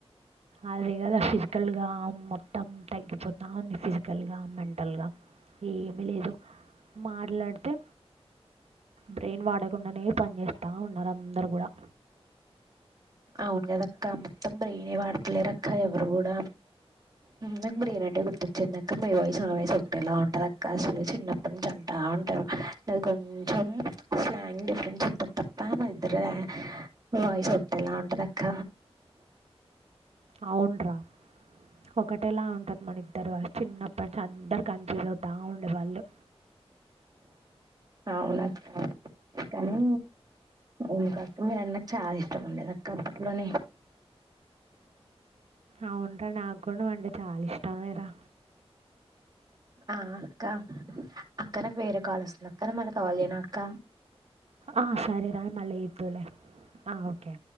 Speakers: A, on the right; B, on the right.
A: అదే కదా ఫిజికల్గా మొత్తం తగ్గిపోత ఉంది ఫిజికల్గా మెంటల్గా ఏమీ లేదు మాట్లాడితే బ్రెయిన్ వాడకుండానే పని చేేస్తా ఉన్నారు అందరు కూడా
B: అవును కద అక్క మొత్తం బ్రెయిన్ వాడతలేరు అక్క ఎవరు కూడా నాకు బ్రయనీ అంటే గుర్తొచ్చేంది అక్క నీ వాయిస్ నా వాయిస్ ఒకటేలా ఉంటది అక్క అసలు చిన్నప్పటి నుంచి అంటా ఉంటారు నాది కొంచెం స్లాంగ్ డిఫరెన్స్ ఉంటది తప్ప మన ఇద్దర వాయిస్ ఒకేటలా ఉంటది అక్క
A: అవున్రా ఒకటేలా ఉంటాది మన ఇద్దరు వా యిస్ చిన్నప్పటి అందరు కన్ఫ్యూజ్ అవుతా ఉండేవాళ్ళు
B: అవునక్క కానీ ఎందుకొ అక్క మరి అన్నకు చాలా ఇష్టం ఉండేది అక్కప్పట్లోనే
A: అవునురా నాకు కూడా నువ్వు అంటే చాలా ఇష్టంరా
B: ఆ అక్క అక్క నాకు వేరే కాల్ వస్తుంది అక్క నేమళ్ళ కాల్ చేయనా అక్క
A: ఆ సరే రా మళ్ళ ఎద్దువులే ఆ ఓకే